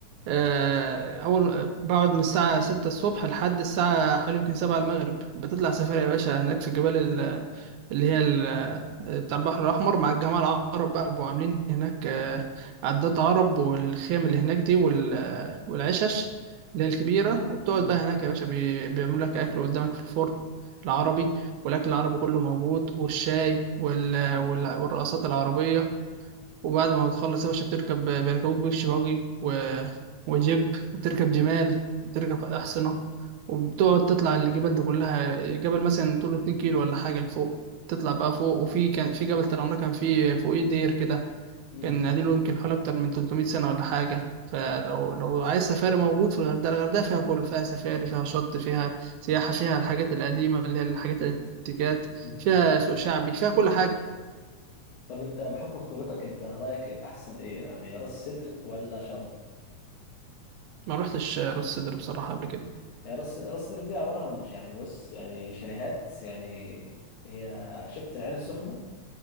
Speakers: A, on the right; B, on the left.
A: آه، أول بقعد من الساعة ستة الصبح لحد الساعة حوالي يمكن سبعة المغرب بتطلع سفاري يا باشا هناك في الجبال ال- اللي هي ال- بتاع البحر الأحمر مع الجماعة العرب بقى بيبقوا عاملين هناك آه، عدات عرب والخيم اللي هناك دي وال- آه، والعشش اللي هي الكبيرة وبتقعد
B: م-
A: بقى هناك يا باشا بي- بيعملوا لك أكل قدامك في الفرن العربي والأكل العربي كله موجود والشاي وال- وال- والرقصات العربية وبعد ما بتخلص يا باشا بتركب بيركبوك بيكش باجي و... وجيب وبتركب جمال وبتركب أحصنة وبتقعد تطلع الجبال دي كلها جبل مثلا طوله 2 كيلو ولا حاجة لفوق تطلع بقى فوق وفي كان في جبل طلعناه كان فيه فوقيه دير كده
B: م-
A: كان
B: م-
A: قديم له يمكن حوالي أكتر من 300 سنة ولا حاجة فلو لو عايز سفاري موجود في الغردقة الغردقة فيها كل فيها سفاري فيها شط فيها سياحة فيها الحاجات القديمة اللي هي الحاجات الانتيكات
B: م.
A: فيها سوق شعبي فيها كل حاجة
B: طب أنت بحكم خبرتك أنت رأيك الأحسن إيه يعني راس سدر ولا شرم؟
A: ما روحتش راس سدر بصراحة قبل
B: هي راس راس سدر دي عبارة عن ش- يعني بص يعني شاليهات يعني هي شفت العين السخنة